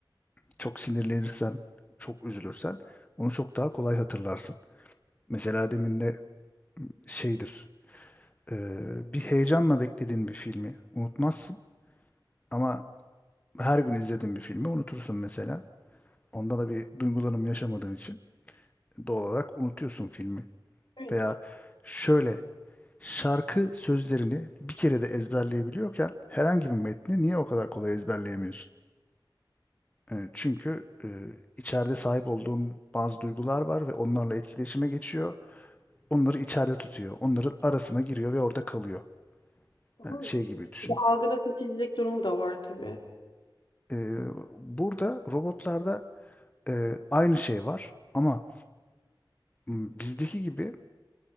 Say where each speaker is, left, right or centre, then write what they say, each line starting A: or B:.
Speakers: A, on the left; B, on the left.
A: çok sinirlenirsen, çok üzülürsen onu çok daha kolay hatırlarsın. Mesela demin de şeydir, e, bir heyecanla beklediğin bir filmi unutmazsın ama her gün izlediğin bir filmi unutursun mesela. Onda da bir duygulanım yaşamadığın için doğal olarak unutuyorsun filmi.
B: Evet.
A: Veya şöyle şarkı sözlerini bir kere de ezberleyebiliyorken herhangi bir metni niye o kadar kolay ezberleyemiyorsun? E, Çünkü e, içeride sahip olduğun bazı duygular var ve onlarla etkileşime geçiyor. onları içeride tutuyor. Onların arasına giriyor ve orada kalıyor.
B: Doğru.
A: Yani şey gibi düşün.
B: Bir de algıda seçicilik durumu da var tabii.
A: Ee, burada robotlarda e, aynı şey var ama m, bizdeki gibi